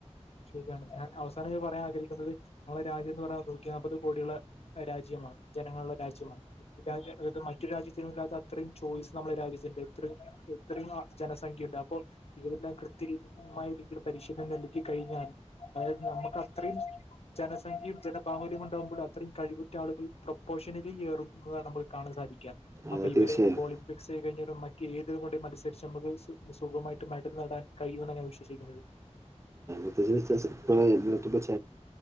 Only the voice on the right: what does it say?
അതെ
തീർച്ചയായും
അതെത്യ അപ്പ